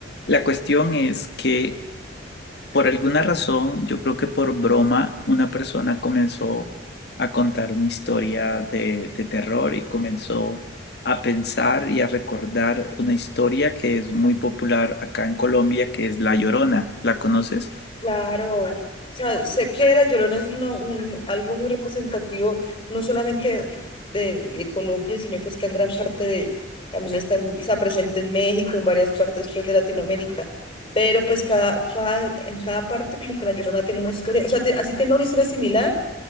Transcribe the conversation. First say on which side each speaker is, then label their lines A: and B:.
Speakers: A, on the left; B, on the left.
A: La cuestión es que por alguna razón, yo creo que por broma, una persona comenzó a contar una historia de, de terror y comenzó a pensar y a recordar una historia que es muy popular acá en Colombia, que es La Llorona. ¿La conoces?
B: Claro, o sea, sé que La Llorona es una- un- algo muy representativo, no solamente de, de Colombia, sino que está en gran parte de, también está, en- está presente en México, en varias partes pues, de Latinoamérica, pero pues cada, cada, en cada parte como que La Llorona tiene una historia, o sea, te- así tenga una historia similar,